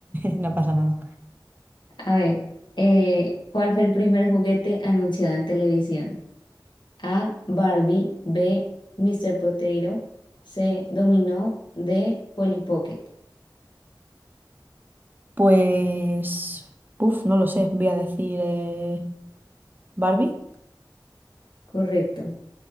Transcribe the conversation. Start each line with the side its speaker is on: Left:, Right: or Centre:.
Right: No pasa nada.
Left: A ver, eh, ¿cuál fue el primer juguete anunciado en televisión? A. Barbie. B. Mr. Potato. C. Dominó. D. Polly Pocket.
Right: Pues, uf, no lo sé. Voy a decir eh, Barbie.
Left: Correcto.